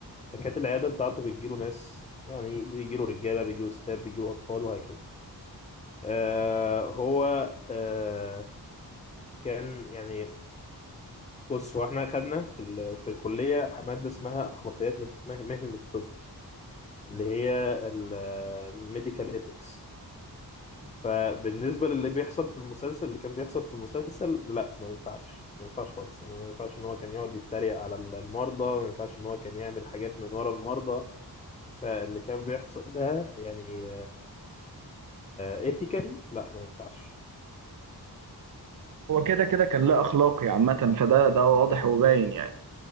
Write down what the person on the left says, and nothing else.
فكانت العياده بتاعته بتجيله ناس يعني بيجيله رجاله بيجيله ستات بيجيله اطفال وهكذا آه هو آه كان يعني بص هو احنا خدنا في ال- في الكليه ماده اسمها اخلاقيات مهنه الطب اللي هي الميديكال ايثكس فبالنسبة للي بيحصل في المسلسل اللي كان بيحصل في المسلسل لا ما ينفعش ما ينفعش خالص يعني ما ينفعش ان هو كان يقعد يتريق على ال- المرضى ما ينفعش ان هو كان يعمل حاجات من ورا المرضى فاللي كان بيحصل ده يعني ايثيكالي لا ما ينفعش